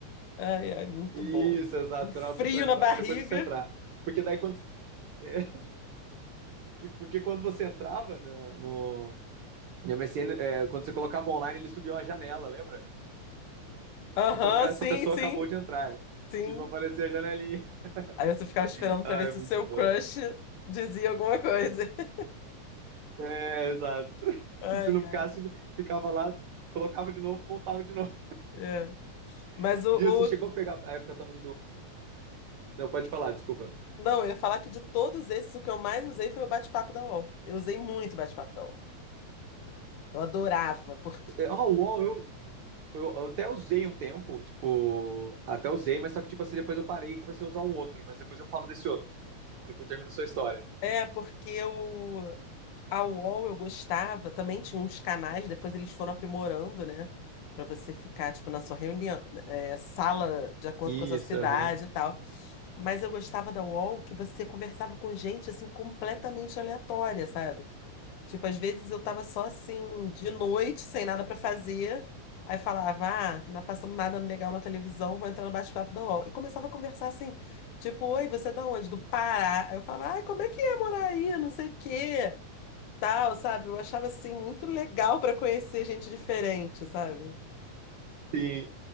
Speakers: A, on the left; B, on the right.
A: Ai, ai, muito
B: Isso,
A: bom.
B: exato.
A: Um
B: Esperar
A: frio
B: a pessoa entrar
A: na barriga.
B: para depois você entrar. Porque daí quando, <laughs> é, porque quando você entrava na- no, E a MSN, é, quando você colocava online, ele subia uma janela, lembra?
A: Aham,
B: Tipo, essa
A: sim,
B: pessoa
A: sim,
B: acabou de entrar.
A: sim.
B: Tipo, aparecia a janelinha.
A: Aí você ficava esperando
B: <laughs>
A: pra
B: Ai,
A: ver se
B: muito
A: o seu
B: bom.
A: crush dizia alguma coisa. <laughs>
B: É, exato. <laughs>
A: Ai,
B: Se não
A: ai.
B: ficasse, ficava lá, colocava de novo, voltava de novo.
A: é. Mas
B: <laughs>
A: o,
B: E você chegou
A: o-
B: a pegar a época também do. Não, pode falar, desculpa.
A: Não, eu ia falar que de todos esses, o que eu mais usei foi o bate-papo da UOL. Eu usei muito o bate-papo da UOL. Eu adorava, porque
B: Ah, o UOL, eu, eu, eu até usei um tempo, tipo, até usei, mas só que, tipo assim, depois eu parei e comecei a usar um outro, mas depois eu falo desse outro, que termina a sua história.
A: é porque eu a UOL eu gostava, também tinha uns canais, depois eles foram aprimorando, né? Pra você ficar, tipo, na sua reunião, é, sala de acordo
B: Isso,
A: com a sua cidade
B: aham.
A: e tal. Mas eu gostava da UOL que você conversava com gente, assim, completamente aleatória, sabe? Tipo, às vezes eu tava só assim, de noite, sem nada pra fazer. Aí falava, ah, não tá passando nada legal na televisão, vou entrar no bate-papo da UOL. E começava a conversar assim, tipo, oi, você é da onde? Do Pará. Aí eu falava, ai, como é que é morar aí? Não sei o quê, tal, sabe? Eu achava assim, muito legal pra conhecer gente diferente, sabe?
B: Sim,